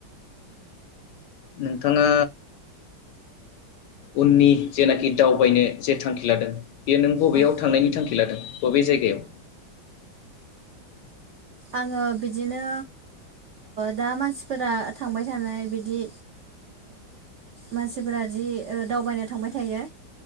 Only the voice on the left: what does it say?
नोंथाङा उननि जेनाखि दावबायनो जे थांखि लादों बेयो नों बबेयाव
थांनायनि थांखि लादों अबे जायगायाव